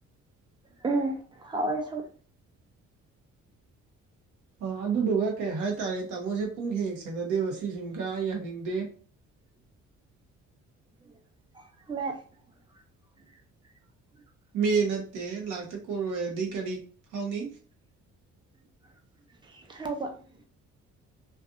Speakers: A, on the right; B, on the right.
A: ꯎꯝ ꯍꯧꯔꯦ ꯁꯨꯝ
B: ꯑ ꯑꯗꯨꯗꯨꯒ ꯀꯩ ꯍꯥꯏꯇꯥꯔꯦ ꯇꯥꯃꯣꯁꯦ ꯄꯨꯡ ꯍꯦꯛ ꯍꯦꯛ ꯁꯦꯟꯅꯗꯦꯕ ꯁꯤꯁꯤꯝꯒ ꯑꯩ ꯌꯥꯅꯤꯡꯗꯦ
A: <unintelligible> <unintelligible>
B: ꯃꯤ ꯅꯠꯇꯦ ꯂꯥꯛꯇ ꯀꯣꯔꯣꯗꯤ ꯀꯔꯤ ꯐꯥꯎꯅꯤ
A: <unintelligible>